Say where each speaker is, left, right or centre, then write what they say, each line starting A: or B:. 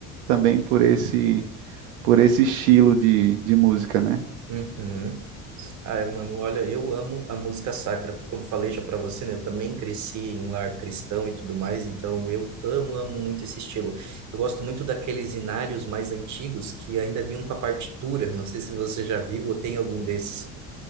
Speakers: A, on the right; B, on the right.
A: também por esse por esse estilo de, de música, né?
B: uhum. Ai, mano, olha, eu amo a música sacra. Como falei já para você, né? Eu também cresci em lar cristão e tudo mais, então eu amo, amo muito esse estilo. Eu gosto muito daqueles inários mais antigos que ainda vinham com a partitura. Não sei se você já viu ou tem algum desses.